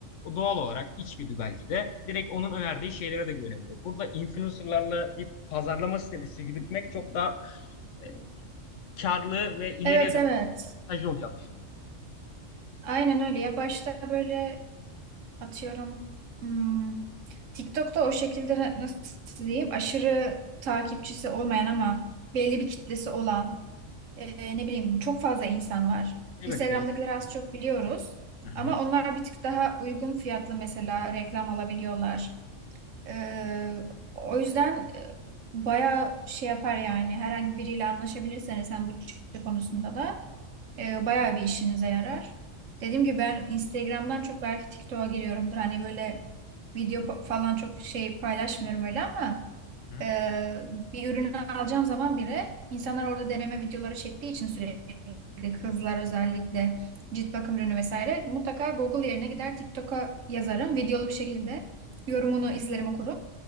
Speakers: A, on the left; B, on the right.
A: doğal olarak içgüdü belki de direkt onun önerdiği şeylere de güvenebiliyorum. Burada influencer'larla bir pazarlama stratejisi yürütmek çok daha e, karlı ve ileriye
B: Evet
A: dönük
B: evet.
A: mesajlı olacağını düşündüm.
B: Aynen öyle. Ya başta böyle atıyorum hmm, TikTok'ta o şekilde na- nasıl diyeyim aşırı takipçisi olmayan ama belli bir kitlesi olan e, ne bileyim çok fazla insan var.
A: Elbette,
B: Instagram'dakileri
A: elbette.
B: az çok biliyoruz.
A: Hı hı,
B: Ama onlar bir tık daha uygun fiyatlı mesela reklam alabiliyorlar. Ee, o yüzden e, bayağı şey yapar yani herhangi biriyle anlaşabilirseniz hem bütçe konusunda da e, bayağı bir işinize yarar. Dediğim gibi ben Instagram'dan çok belki TikTok'a giriyorumdur. Hani böyle video pa- falan çok şey paylaşmıyorum öyle ama
A: hı hı.
B: ee, bir ürünü alacağım zaman bile insanlar orada deneme videoları çektiği için sürekli kızlar özellikle cilt bakım ürünü vesaire mutlaka Google yerine gider TikTok'a yazarım videolu bir şekilde yorumunu izlerim okurum